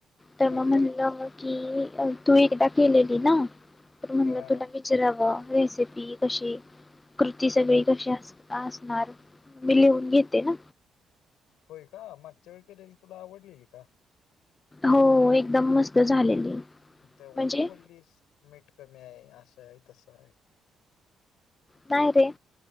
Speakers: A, on the left; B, on the left.
A: तर
B: हा
A: मग
B: का?
A: म्हटलं कि तू एकदा केलेली ना तर म्हटलं
B: हा.
A: तूला विचाराव... रेसिपी कशी? कृती सगळी कशी अस...... आसनार... मी लिहून घेते ना
B: होय का, मागच्या वेळेला केलेली तूला आवडलेली का?
A: हो एकदम मस्त झालेली....
B: तेव्हा
A: म्हणजे
B: तर बोललीस मीठ कमी आहे असं... असं आहे तसं आहे.
A: काय रे